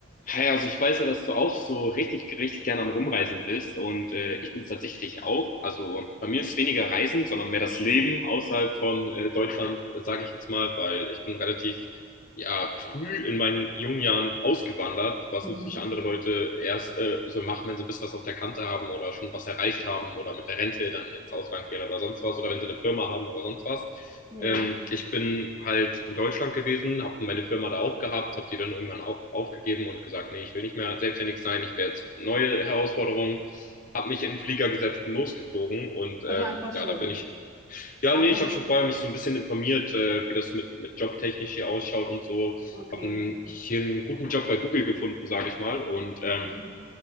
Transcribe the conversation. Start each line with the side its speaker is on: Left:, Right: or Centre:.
Left: Hey, also ich weiß ja, dass du auch so richtig, richtig gerne am Rumreisen bist und äh, ich bin es tatsächlich auch. Also bei mir ist weniger Reisen, sondern mehr das Leben außerhalb von äh, Deutschland, sage ich jetzt mal, weil ich bin relativ ja, früh in meinen jungen Jahren ausgewandert, was
Right: Mhm.
Left: natürlich andere Leute erst äh, so machen, wenn sie ein bisschen was auf der Kante haben oder schon was erreicht haben oder mit der Rente dann ins Ausland gehen oder sonst was oder wenn sie eine Firma haben oder sonst was.
Right: Ja.
Left: Ähm, ich bin halt in Deutschland gewesen, habe meine Firma da auch gehabt, habe die dann irgendwann auch aufgegeben und gesagt, nee, ich will nicht mehr selbstständig sein, ich will jetzt neue Herausforderungen, habe mich in den Flieger gesetzt, bin losgeflogen und ähm,
Right: Also einfach
Left: ja,
Right: so.
Left: da bin ich ja,
Right: Einfach
Left: nee, ich
Right: so.
Left: habe schon vorher mich so ein bisschen informiert, äh, wie das mit, mit jobtechnisch hier ausschaut und so.
Right: Okay,
Left: Habe
Right: okay.
Left: hier einen guten Job bei Google gefunden, sage ich mal. Und ähm,
Right: Mhm.